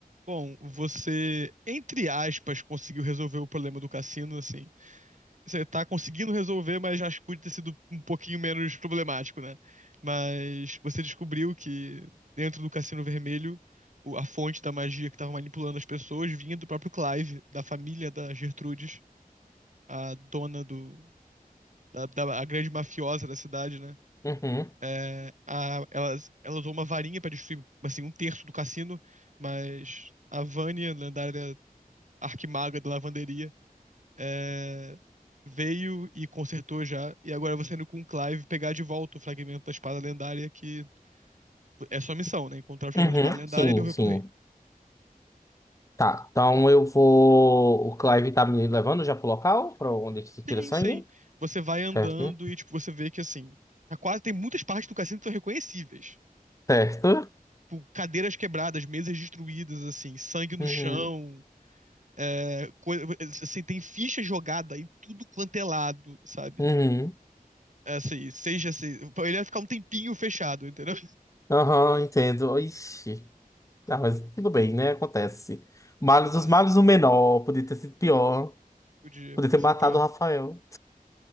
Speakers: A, on the right; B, on the left.
A: Bom, você, entre aspas, conseguiu resolver o problema do cassino, assim. Você tá conseguindo resolver, mas acho que podia ter sido um pouquinho menos problemático, né? Mas você descobriu que dentro do Cassino Vermelho, o- a fonte da magia que tava manipulando as pessoas vinha do próprio Clive, da família da Gertrudes, a dona do, da, da- a grande mafiosa da cidade, né?
B: Uhum,
A: É, a, ela, ela usou uma varinha pra destruir, assim, um terço do cassino, mas a Vânia, lendária arquimaga da lavanderia, é, veio e consertou já. E agora você indo com o Clive pegar de volta o fragmento da espada lendária, que é sua missão, né? Encontrar o fragmento
B: uhum,
A: da espada lendária
B: sim,
A: e devolver
B: sim.
A: pro rei.
B: Tá, então eu vou. O Clive tá me levando já pro local, pra onde que se tira
A: Sim,
B: sangue,
A: sim. Você vai andando
B: certo? né?
A: e, tipo, você vê que, assim, tá quase tem muitas partes do cassino que são reconhecíveis.
B: Certo.
A: Tipo, cadeiras quebradas, mesas destruídas, assim, sangue no
B: Uhum,
A: chão. É, coisa, assim, tem ficha jogada em tudo quanto é lado, sabe?
B: uhum.
A: É, Assim, seja assim, ele vai ficar um tempinho fechado, entendeu?
B: Aham, entendo. Ixi. Ah, mas tudo bem, né? Acontece. Males
A: Acontece.
B: dos males, o menor. Podia ter sido pior.
A: Podia,
B: Podia
A: podia
B: ter
A: ser
B: matado
A: pior.
B: o Rafael.